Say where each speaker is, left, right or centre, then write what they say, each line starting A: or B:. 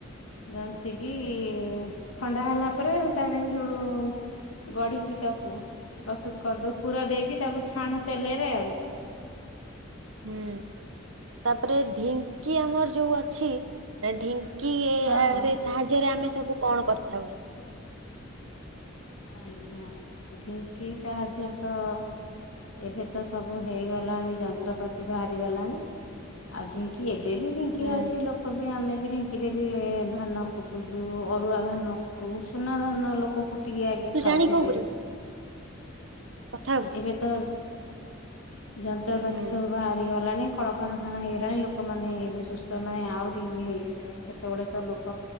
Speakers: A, on the left; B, on the right.
A: ଜନ୍ତିକି ଥଣ୍ଡା ହେଲା ପରେ ତାଦିହରେ ସୋଉଟୁ ଗଢିକି ତାକୁ ପ୍ରସ୍ତୁତ କରିଦଉ ପୁରା ଦେଇକି ତାକୁ ଛାଣୁ ତେଲରେ ଆଉ।
B: ହୁଁ ତାପରେ ଢିଙ୍କି ଆମର ଯୋଉ ଅଛି ଢି ଙ୍କି
A: ହଁ
B: ଆରେ
A: ହଁ
B: ସାହାଯ୍ୟରେ ଆମେ ସବୁ କଣ କରିଥାଉ?
A: ଆଜ୍ଞା ଢିଙ୍କି ସାହାଯ୍ୟରେ ତ ଏବେ ତ ସବୁ ହେଇଗଲାଣି ଯନ୍ତ୍ରପାତି ବାହାରିଗଲାଣି, ଆଉ ଢିଙ୍କ ଏବେ ବି ଢିଙ୍କି
B: ହୁଁ
A: ଅଛି ଲୋକ ବି ଆମେ ବି ଢ଼ିଙ୍କି ଢ଼ିଙ୍କିରେ ବି ଧାନ କୁଟୁଚୁ, ଅରୁଆ ଧାନ କୁଟୁ, ଉସୁନା ଧାନ ଲୋକ କୁ ଟିକି ଆଗେ
B: ତୁ
A: ଖାଉଥିଲେ।
B: ଜାଣି କଣ କରିବୁ କଥା ହବୁ।
A: ଏବେ ତ ଯନ୍ତ୍ରପାତି
B: ହୁଁ।
A: ସବୁ ବାହାରି ଗଲାଣି। କଳକାରଖାନା ହେଇଗଲାଣି ଲୋକମାନେ ଏବେ ସୁସ୍ଥ ନ ହେଇ ମାନେ ଆହୁରି ଇଏ ହେଇଗଲେଣି। ସେତେବେଳେ ତ ଲୋକ